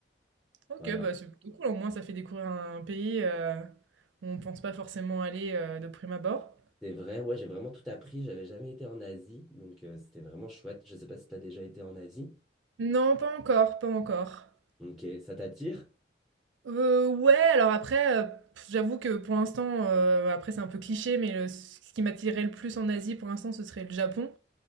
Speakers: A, on the right; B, in the centre.
A: ok,
B: Voilà.
A: bah c'est plutôt cool. Au moins, ça fait découvrir un pays euh, où on pense pas forcément aller euh, de prime abord.
B: C'est vrai, ouais, j'ai vraiment tout appris. J'avais jamais été en Asie, donc euh, c'était vraiment chouette. Je sais pas si t'as déjà été en Asie.
A: Non, pas encore, pas encore.
B: Ok, ça t'attire?
A: Euh, ouais, alors après, euh, pff, j'avoue que pour l'instant, euh, après c'est un peu cliché, mais le- ce qui m'attirait le plus en Asie pour l'instant, ce serait le Japon.